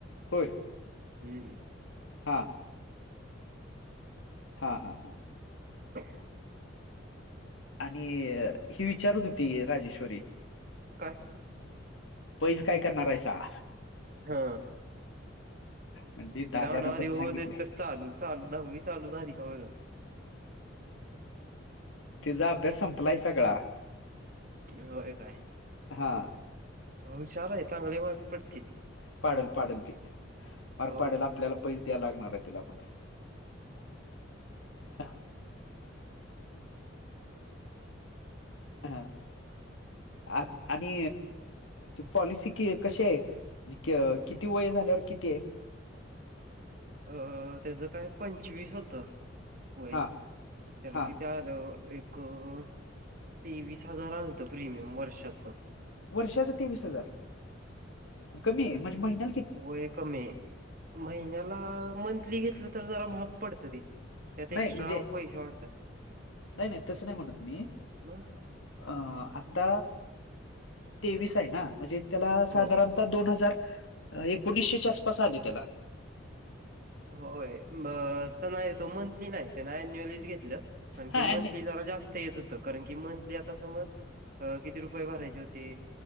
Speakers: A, on the left (about 80°); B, on the right (about 45°).
A: होय.
B: हम्म
A: हा, हा, हा, हा,
B: <unintelligible>
A: आणि हे विचारत होती राजेश्वरी.
B: काय?
A: पैज काय करणार आहेसा?
B: हा
A: म्हणजे दाद्यानं
B: तिला म्हणाव आधी
A: पण
B: होऊ
A: सांगितलंय
B: दे तर. चालू, चालू दहवी चालू झाली का म्हणाव.
A: तिझा अभ्यास संपलाय सगळा.
B: होय काय?
A: हा,
B: हुशार आहे, चांगले मार्क पडतील.
A: पाडल, पाडल ती पार
B: हो.
A: पाडल आपल्याला पैज द्यायला लागणार आहे तिला मग. <unintelligible> हा, आ आणि ती पॉलिसी कि कशी आहे? म्हणजे, क किती वय झाल्यावर किती आहे?
B: अ तेझ काय पंचवीस होत. वय
A: हा
B: त्याला
A: हा
B: किती आ आपलं एक तेवीस हजार आलत प्रीमियम वर्षाच.
A: वर्षाचा तेवीस हजार कमी आहे म्हणजे महिन्या
B: व्हय कमी आहे. महिन्याला मंथली घेतलं तर जरा महाग पडत ते. त्यात
A: नाही
B: एक्स्ट्रा
A: म्हणजे
B: पैसे वाढत्यात.
A: नाही नाही तसं नाही म्हणत मी
B: मग,
A: अ, आता तेवीस आहे ना, म्हणजे त्याला साधारण
B: हो
A: आता दोन हजार-एकोणीसशेच्या आसपास आले त्याला.
B: होय मग तर नाही तो मंथली नाही त्यान अन्युअलीच घेतलं. कारण की
A: हा
B: मंथली
A: आणि
B: जरा जास्त येत होत. कारण की मंथली आता समज, अ किती रुपय भरायचे होते.